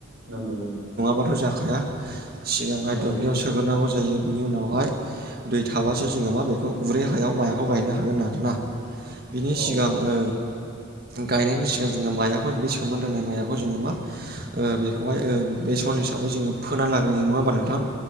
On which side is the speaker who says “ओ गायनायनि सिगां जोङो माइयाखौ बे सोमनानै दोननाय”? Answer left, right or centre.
Right